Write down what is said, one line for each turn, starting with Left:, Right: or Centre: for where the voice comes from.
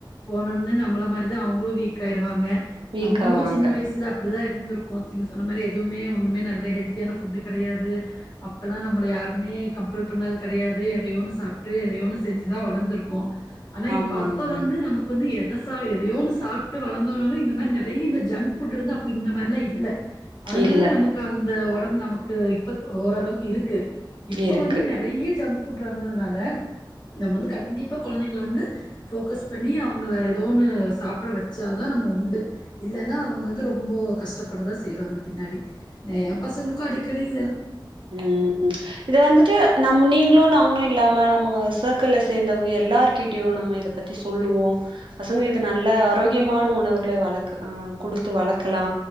Left: போனோனு நம்மள மாரிதான் அவங்களும் வீக் ஆயிருவாங்க
Right: வீக்
Left: நம்மளும்
Right: ஆவாங்க
Left: சின்ன வயசுல அப்படிதான் இரு இருந்துருக்கோ நீங்க சொன்ன மாரி எதுவுமே ஒண்ணுமே நல்ல ஹெல்த்தியான ஃபுட் கிடையாது அப்ப யெல்லாம் நம்மளை யாருமே கம்பல் பண்ணது கிடையாது எதையோன்னு சாப்ட்டு எதையோன்னு செஞ்சுதான் வளர்ந்துருக்கோ ஆனா
Right: ஆமாங்க
Left: இப்ப அப்ப வந்து நமக்கு வந்து எதாவ எதையோ ஒண்ணு சாப்ட்டு வளர்ந்தோணும் இந்த மாரி நறைய இந்த ஜங்க்ஃபுட் வந்து அப்போ இந்த மாரிலா இல்ல அதனால
Right: இல்ல
Left: நமக்கு அந்த உடம்பு நமக்கு யிப்பத்த ஓரளவுக்கு யிருக்கு இப்ப
Right: இருக்கு
Left: வந்து நெறய ஜங் ஃபட் வந்ததுனால நம்ம வந்து கண்டிப்பா குழந்தைங்கல வந்து போக்கஸ் பண்ணி அவங்கள ஏதோ ஒன்னு சாப்ட வச்சாதான் நம்ம உண்டு இல்லனா அவங்க வந்து ரொம்ப கஷ்டப்படதான் செய்வாங்க பின்னாடி ந எ பசங்களுக்குக்கு அடிக்கடியிதேதா
Right: ம்ம் இத வந்துட்டு நம் நீங்களு நம் ஒன்னுயில்லாம நம்ம சர்கிள சேந்தவங்க யெல்லார்கிட்டயும் நம்ம யித பத்தி சொல்லுவோ. பசங்களுக்கு நல்ல ஆரோக்கியமான உணவுகளை வளக்க ஆ குடுத்து வளக்கலா